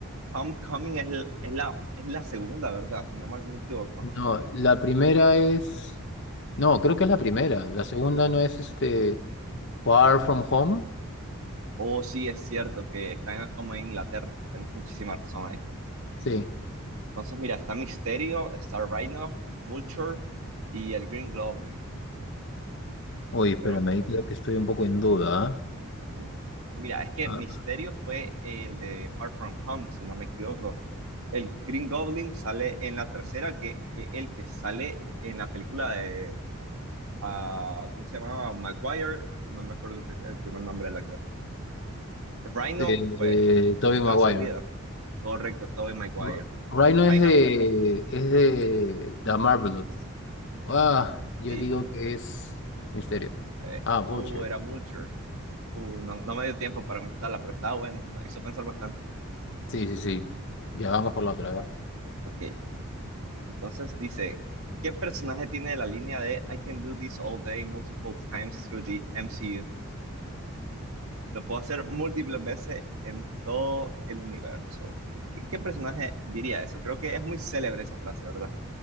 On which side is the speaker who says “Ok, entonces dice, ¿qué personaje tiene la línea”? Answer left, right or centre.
Right